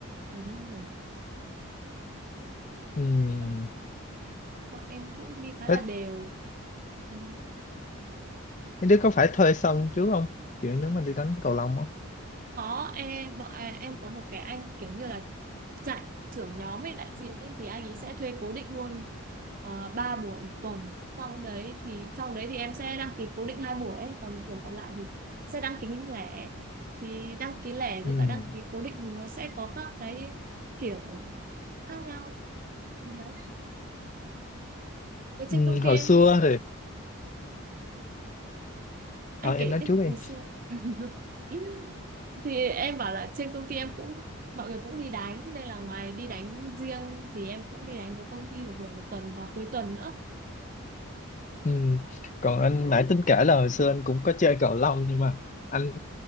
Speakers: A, on the right; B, on the left.
A: nửa năm rồi
B: Ừm,
A: Dạ. bọn em cũng đi khá
B: thế
A: là đều Vâng.
B: mấy đứa có phải thuê sân trước không? Kiểu nếu mà đi đánh cầu lông á.
A: có em bọn à, em có một cái anh kiểu như là giải thưởng nhóm với đại diện ấy, thì anh ấy sẽ thuê cố định luôn uh, 3 buổi một tuần sau đấy thì sau đấy thì em sẽ đăng ký cố định hai buổi ấy. còn một buổi còn lại thì sẽ đăng ký những lẻ thì đăng ký lẻ với
B: Ừm,
A: cả đăng ký cố định thì nó sẽ có các cái kiểu khác nhau như đấy với trên
B: ừm,
A: công ty
B: hồi
A: em
B: xưa thì ờ,
A: anh
B: em
A: kể
B: nói
A: tiếp
B: trước đi.
A: về xưa <laughs> thì em bảo là trên công ty em cũng mọi người cũng đi đánh nên là ngoài đi đánh riêng thì em cũng đi đánh với công ty được rồi một tuần vào cuối tuần nữa
B: Ừm, còn anh nãy tính kể là hồi xưa anh cũng có chơi cầu lông nhưng mà anh